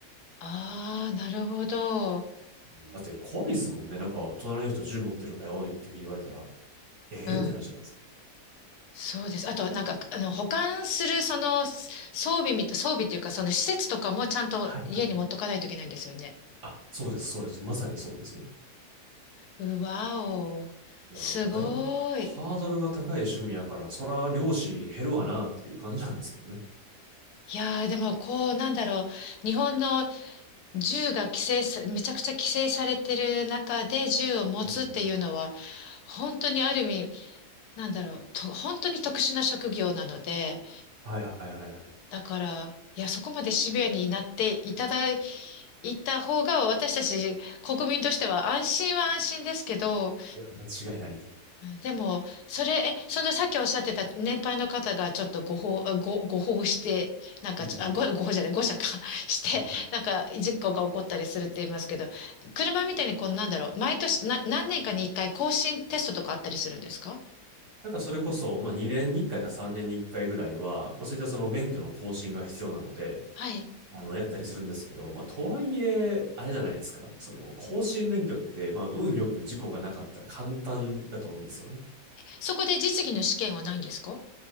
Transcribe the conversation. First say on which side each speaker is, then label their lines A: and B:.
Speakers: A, on the left; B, on the right.
A: ああ、なるほど。
B: うんだって怖いですもんね。なんか、隣の人銃持ってるんだよっていうふうに言われたら、ええーってなるじゃないですか。
A: うん、そうです。あと、なんか、あの、保管する、その、す装備みた、装備っていうか、その施設とかもちゃんと家に持っとかないといけないんですよね。
B: はいはい。あ、そうです、そうです。まさにそうですよ。
A: うわお、
B: いや、
A: すごい。
B: だからだいぶハードルが高い趣味やから、そら漁師減るわなっていう感じなんですけどね。
A: うんいやー、でも、こう、なんだろう。日本の銃が規制さ、めちゃくちゃ規制されてる中で銃を持つっていうのは、
B: うんうん。
A: 本当にある意味、なんだろう、と、本当に特殊な職業なので、
B: はいはいはいはい。
A: だから、いや、そこまでシビアになっていただいた方が、私たち国民としては安心は安心ですけど、
B: いや、間違いないです。
A: でも、それ、え、そのさっきおっしゃってた年配の方がちょっとご法、あご、ご法して、なんかちょ、
B: うんうん。
A: あ、ご、ご法じゃない、誤射か <laughs> して、
B: うんうん
A: なんか事故が起こったりするって言いますけど、車みたいにこう、なんだろう、毎年、な、何年かに一回更新テストとかあったりするんですか
B: なんかそれこそ、まあ2年に1回か3年に1回ぐらいは、まあそういったその免許の更新が必要なので、
A: はい。
B: あの、やったりするんですけど、まあとはいえ、あれじゃないですか。その、更新免許って、まあ運よく事故がなかったら簡単だと思うんですよね。
A: そこで実技の試験はないんですか